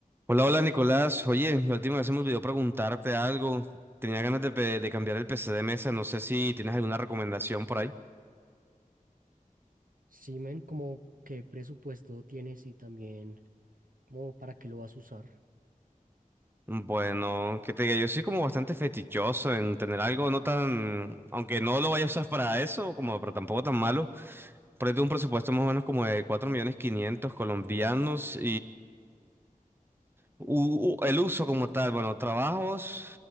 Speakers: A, on the right; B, on the right.
A: Hola, hola Nicolás. Oye, la última vez se me olvidó preguntarte algo. Tenía ganas de, pe- de cambiar el PC de mesa. No sé si tienes alguna recomendación por ahí.
B: Sí, men, como qué presupuesto tienes y también como para qué lo vas a usar.
A: Bueno, que te diga, yo soy como bastante fetichoso en tener algo no tan, aunque no lo vaya a usar para eso, como, pero tampoco tan malo. Pero yo tengo un presupuesto más o menos como de 4 millones 500 colombianos U- u- el uso como tal, bueno, trabajos,